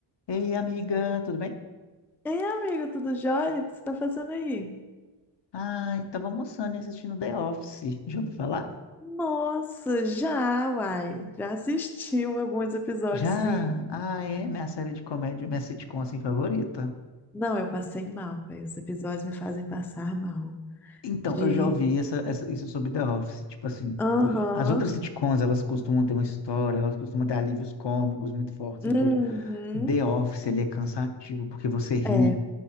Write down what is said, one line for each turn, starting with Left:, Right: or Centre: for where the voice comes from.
Left: Ei, amiga, tudo bem?
Centre: Ei, amiga, tudo jóia? O que você tá fazendo aí?
Left: Ai, tava almoçando e assistindo The Office. Já ouviu falar?
Centre: Nossa, já, uai. Já assistiu alguns episódios,
Left: Já?
Centre: sim.
Left: Ah, é minha série de comédia, minha sitcom assim favorita.
Centre: Não, eu passei mal, velho. Os episódios me fazem passar mal.
Left: Então,
Centre: De.
Left: eu já ouvi essa, essa- isso sobre The Office. Tipo assim,
Centre: Aham.
Left: as outras sitcoms, elas costumam ter uma história, elas costumam ter alívios cômicos muito fortes
Centre: Uhum.
Left: e tudo. The Office, ele é cansativo porque você ri.
Centre: É.